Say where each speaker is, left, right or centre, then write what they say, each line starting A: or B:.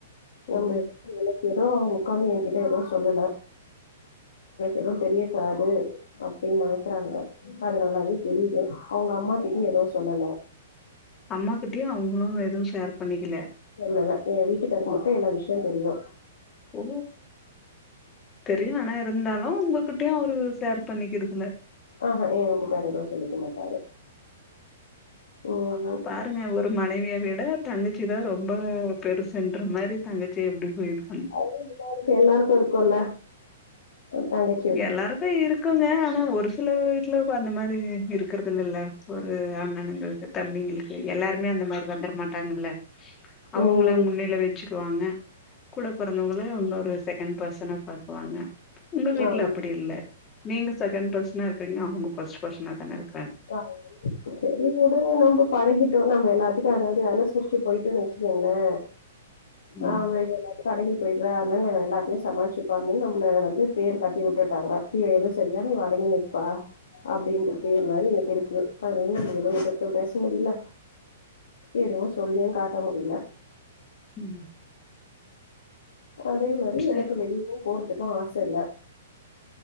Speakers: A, on the left; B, on the left.
A: ஓ
B: நம்ம எதோ <inaudible> எதோ <inaudible> உக்காந்து எகிட்ட எதூ சொல்லல எதுவு தெரிய கூடாது அப்டின்னு நெனைக்கிறாங்க அது நல்லாவே தெரியுது அவங்க அம்மா கிட்டயு எதூ சொல்லல
A: அம்மா கிட்டயு அவுங்களு எதுவு ஷேர் பண்ணிக்கல
B: சொல்லல எ வீட்டுக்காருக்கு மட்டு எல்லா விஷயம் தெரியு
A: ஓ தெரியு ஆனா இருந்தாலு உங்ககிட்டயு அவரு ஷேர் பண்ணிக்கிடுக்ல
B: ஆஹ ஏ வீட்டுக்காரு எதூ சொல்லிக்க மாட்டாரு ம்
A: பாருங்க ஒரு மனைவிய விட தங்கச்சி தா ரொம்ப பெருசுன்ற மாரி தங்கச்சி எப்டி போயிரு
B: அது எல்லாருக்கு எல்லாருக்கு இருக்குல்ல தங்கச்
A: எல்லாருக்கு இருக்குங்க ஆனா ஒரு சில வீட்ல அந்த மாரி இருக்கறது இல்லல்ல ஒரு அண்ணனங்களுக்கு தம்பிங்களுக்கு எல்லாருமே அந்த மாரி வந்தர மாட்டாங்கல்ல அவுங்கள
B: ம்
A: முன்னில வச்சுக்குவாங்க கூட பொறந்தவங்கள உன்னொரு செகண்ட் பர்சனா பாக்குவாங்க உங்க வீட்
B: ஆமா
A: அப்டி இல்ல நீங்க செகண்ட் பர்சனா இருக்கீங்க அவுங்க பர்ஸ்ட் பர்சனா தான இருக்
B: <unintelligible> சரி உடுங்க நம்ம பழகிட்டோ நம்ம எல்லாத்துக்கு அதாவது அனுசரிச்சு போய்ட்டோ வச்சுக்கோங்களே
A: ம்
B: ஆ வீட கடங்கி போயிட்ற அதனால எல்லாத்தையு சமாளிச்சுப்பான்னு நம்மள வந்து பேர் கட்டி உட்டுட்டாங்க இவ எது செஞ்சாலு இவ அடங்கி நிப்பா அப்டின்ற பேர் அந்த மாரி எனக்கு இருக்கு அதனால நம்ம எதுவு எதிர்த்து பேச முடில எதுவு சொல்லியு காட்ட முடில
A: ம்
B: அதே மாரி
A: ச
B: எனக்கு வெளியவு போறதுக்கு ஆச இல்ல